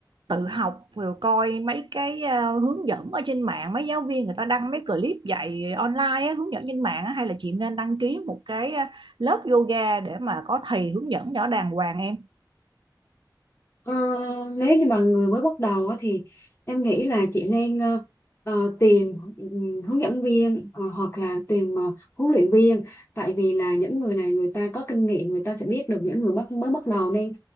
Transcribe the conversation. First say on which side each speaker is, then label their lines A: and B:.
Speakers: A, on the right (about 85°); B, on the left (about 30°).
A: tự học rồi coi mấy cái à, hướng dẫn ở trên mạng mấy giáo viên người ta đăng mấy clip dạy online á, hướng dẫn trên mạng á, hay là chị nên đăng ký một cái à, lớp yoga để mà có thầy hướng dẫn cho đàng hoàng em
B: Ờ, nếu như mà người mới bắt đầu á, thì em nghĩ là chị nên ờ, ờ, tìm ừm, hướng dẫn viên ờ, hoặc là tìm ờ, huấn luyện viên tại vì là những người này người ta có kinh nghiệm người ta sẽ biết được những người bắt mới bắt đầu nên